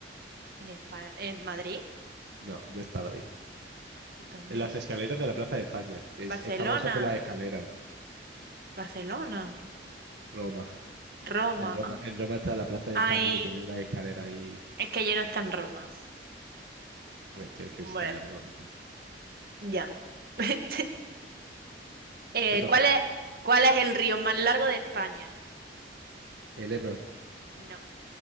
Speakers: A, on the right (about 55°); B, on the right (about 75°).
A: ¿En España? ¿En Madrid?
B: No, yo he estado ahí.
A: ¿Dónde?
B: En las escaleras de la Plaza de España. Es,
A: Barcelona,
B: es famoso por las escaleras,
A: Barcelona,
B: Roma.
A: Roma.
B: En Roma,
A: ah.
B: en Roma está la Plaza de
A: Ay,
B: España que tiene una escalera ahí.
A: es que ya no está en Roma.
B: Bueno, tienes que
A: Bueno,
B: visitarla, es muy bonita.
A: ya. <laughs> Eh,
B: Te toca.
A: ¿cuál es, cuál es el río más largo de España?
B: El Ebro.
A: No,